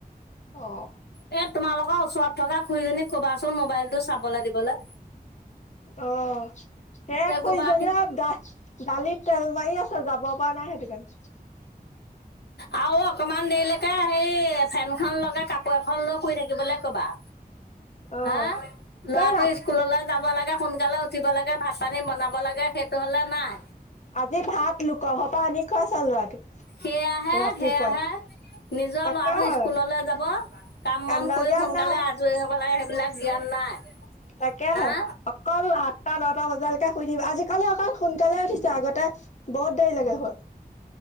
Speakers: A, on the left; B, on the left.
A: অ'
B: এ তোমালোকৰ ওচৰত থকা খু়ৰীজনীক কবাচোন মোবাইলটো চাবলৈ দিবলৈ।
A: অ' সে
B: এই
A: খুৰিজনি
B: ক'বা
A: দা দালিত তেল মাৰি আছে যাব। পৰা নাই সেইটো কাৰণে।
B: আৰু অকমান দেৰিলৈকে সেই ফেনখন লগাই কাপোৰ এখন লৈ শুই থাকিবলৈ ক'বা।
A: অ
B: হা ল'ৰাটো
A: এই ৰা
B: স্কুল স্কুললৈ যাব লাগে, সোনকালে উঠিব লাগে, ভাত পানী বনাব লাগে, সেইটো হ'লে নাই।
A: আজি ভাত লোক ঘৰৰ পৰা আনি খোৱাইছে ল'ৰাটোক।
B: সেয়া আহে,
A: ৰাতিপুৱাই
B: সেয়া আহে। নিজৰ
A: তাকে
B: ল'ৰাটো
A: হয়
B: স্কুললে যাব কাম
A: কান্দা
B: বন কৰি
A: জ্ঞান
B: সোনকালে
A: নাই
B: আজয়ি হ'ব লাগে, সেইবিলাক জ্ঞান নাই।
A: তাকেহে।
B: হা
A: অকল আঠটা, নটা বজালৈকে শুই থাকিবি আজিকালি অকন সোনকালে উঠিছোঁ, আগতে। বহুত দেৰি লৈকে শুৱ